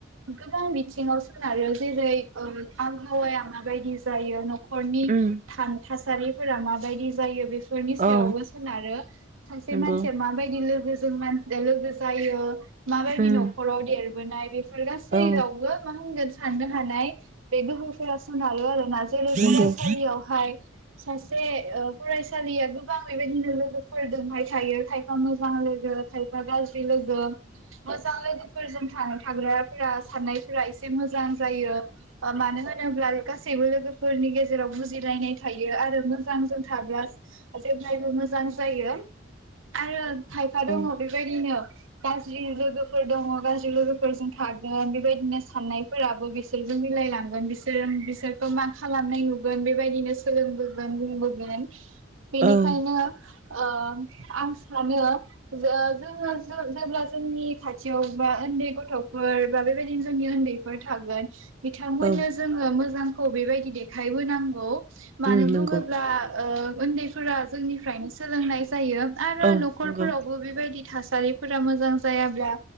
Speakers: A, on the right; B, on the right.
A: गोबां बिथिङाव सोनारो जेरै ओ आबहावा माबायदि जायो न खरननि
B: उम
A: थान थास थासारिफोरा माबायदि जायो बे फोरनि सायावबो
B: औ
A: सोनारो सासे
B: नंगौ
A: मानसिया माबायदि लोगो लोगो जायो जों मानसिया लोगो जायो माबायदि
B: उम
A: नखराव देर बोनाय बे फोर गासै
B: औ
A: जेरावबो मा होनगोन साननो हानायनाय बेे गोहोफोरा सोनारो आरो जेरै
B: नंगौ
A: फरायसालियावहाय
B: औ
A: सासे ओ फरायसालिया गोबां बेबायदिनो लोगोफोरजोंहाय थायो थायफा मोजां लोगो थायफा गाज्रि लोगो मोजां लोगोफोरजों था थाग्राफोरा साननायफोरा एसे मोजां जायो मानो होन होनोब्ला गासैबो लोगोफोरनि गेजेराव बुजिलायनाय थायो आरो मोजां जों थाब्ला जेब्लायबो मोजां जायो आरो खायफा
B: औ
A: दङ बेबायदिनो गाज ज्रि लोगोफोर दङ गाज्रि लोगोफोरजों थागोन बेबायदिनो साननायफोराबो बिसोरजों मिलायलांगोन बिसोर बिसोरखौ मा खालामनाय नुगोन बेबायदिनो सोलोंबोगोन बुंबोगोन बेनिखायनो
B: औ
A: ओ आं सानो जो जों जोङो जेब्ला जोंनि खाथियाव बा उन्दै गथ'फोर बा बेबायदिनो जोंनि उन्दैफोर थागोन बिथांमोननो
B: औ
A: जोङो मोजां खौ बेबायदि देखायबोनांगौ मानो
B: उम नंगौ
A: बुङोब्ला ओ उन्दैफोरा जोंनिफ्रायनो सोलोंनाय जायो आरो
B: औ
A: न'खरफोरावबो
B: नंगौ
A: बेबायदि थास थासारिफोरा मोजां जायाब्ला